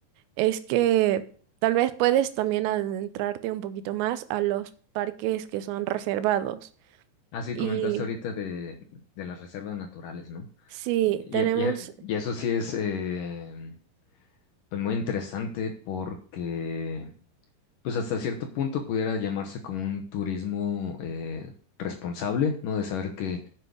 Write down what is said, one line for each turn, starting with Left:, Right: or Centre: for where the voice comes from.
Right: es que tal vez puedes también adentrarte un poquito más a los parques que son reservados.
Left: Así
Right: Y
Left: comentaste ahorita de, de las reservas naturales, ¿no?
Right: sí,
Left: Y,
Right: tenemos,
Left: y- y eso sí es eh, pues muy interesante porque pues hasta cierto punto pudiera llamarse como un turismo eh, responsable, ¿no? De saber que,